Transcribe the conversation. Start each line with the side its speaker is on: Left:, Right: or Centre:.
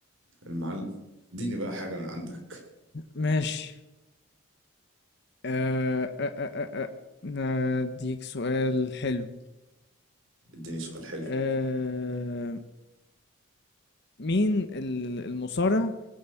Right: المعلم اديني بقى حاجة من عندك
Left: ماشي آه، آه، آه، آه، آه، اديك سؤال حلو
Right: اديني سؤال حلو
Left: آه، مين ال- المصارع